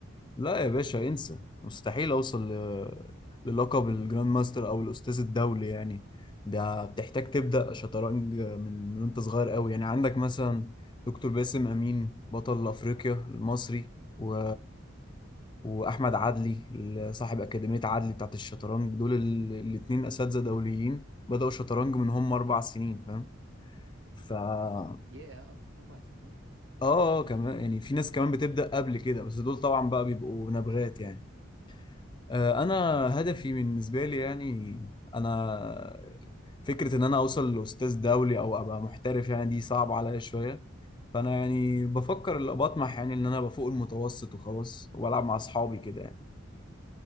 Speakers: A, on the left; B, on the right.
A: لا يا باشا انسى مستحيل اوصل ل- للقب الجراند ماستر او الاستاذ الدولي يعني ده بتحتاج تبدا شطرنج من من وانت صغير قوي يعني عندك مثلا دكتور باسم امين بطل افريقيا المصري و... واحمد عدلي ال- صاحب اكاديميه عدلي بتاعت الشطرنج دول ال... الاتنين اساتذه دوليين بداوا شطرنج من هم اربع سنين فاهم ف اه
B: ياه اربع سنين
A: آه، كمان يعني في ناس كمان بتبدا قبل كده بس دول طبعا بقى بيبقوا نبغات يعني آه، انا هدفي بالنسبه لي يعني انا فكره ان انا اوصل لاستاذ دولي او ابقى محترف يعني دي صعبه عليا شويه فانا يعني بفكر اللي بطمح يعني ان انا ابقى فوق المتوسط وخلاص والعب مع اصحابي كده يعني